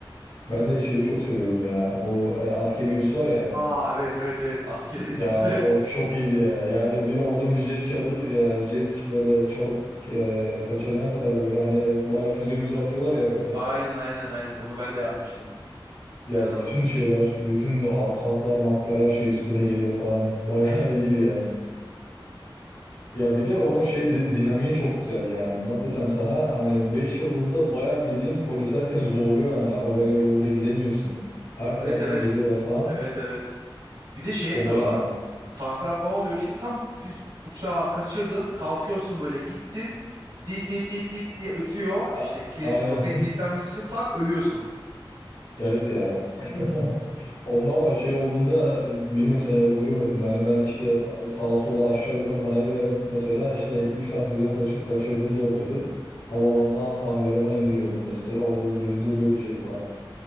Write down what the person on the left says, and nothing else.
Ben de şeyi çok seviyordum ya. Bu e, askeri üs var ya.
Ya
o çok iyiydi ya. Yani bir oradan bir jet çalı ya jet böyle çalıp e, kaçırana kadar böyle hani bayağı füze müze atıyorlar ya böyle.
Ya
bütün şeyler, bütün a- tanklar, maklar her şey üstüne geliyor falan. <laughs> Bayağı iyiydi yani. Ya bir de onun şey di- dinamiği çok güzel yani. Nasıl desem sana hani 5 yıldızda bayağı bildiğin polisler seni zorluyor yani. Arabayla yolda gidemiyorsun. Her taraftan
geliyorlar falan.
O bayağı
A-
aynen
Evet ya. <laughs> Ondan ama şey olduğunda bilmiyorum sen yapabiliyor muydun? Yani ben işte sağa sola aşağı yukarı manevra yapıp mesela işte iki üç tane füzeden kaçıp kaçırdığım da oluyordu. Havalandan hangarıma indiriyordum mesela. Orada dur- duruyordu jet falan.